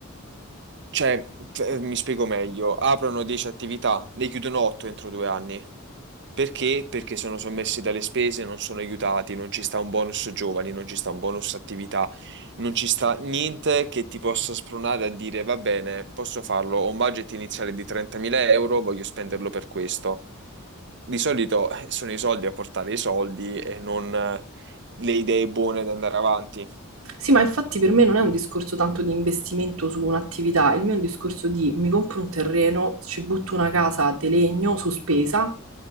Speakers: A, on the right; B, on the right.
A: Cioè, eh, mi spiego meglio, aprono 10 attività, ne chiudono 8 entro due anni. Perché? Perché sono sommessi dalle spese, non sono aiutati, non ci sta un bonus giovani, non ci sta un bonus attività, non ci sta niente che ti possa spronare a dire va bene, posso farlo, ho un budget iniziale di 30.000 euro, voglio spenderlo per questo. Di solito eh, sono i soldi a portare i soldi e non eh, le idee buone da andare avanti.
B: Sì, ma infatti per me non è un discorso tanto di investimento su un'attività, il mio è un discorso di mi compro un terreno, ci butto una casa di legno sospesa